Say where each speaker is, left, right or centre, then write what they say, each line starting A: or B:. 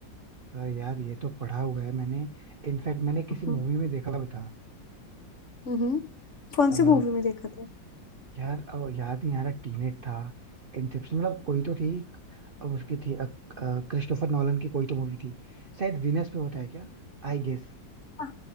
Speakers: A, on the right; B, on the left.
A: आ, यार ये तो पढ़ा हुआ है मैंने इनफैक्ट मैंने किसी
B: हम्म
A: मूवी में देखा भी था
B: हम्म। कौन
A: आ,
B: सी मूवी में देखा था
A: यार आ, याद नहीं आ रहा टीनेट था इंसेप्शन मतलब कोई तो थी आ, उसकी थी आ, आ, क्रिस्टोफर नॉलन की कोई तो मूवी थी शायद वीनस पे होता है क्या आई गेस
B: हाँ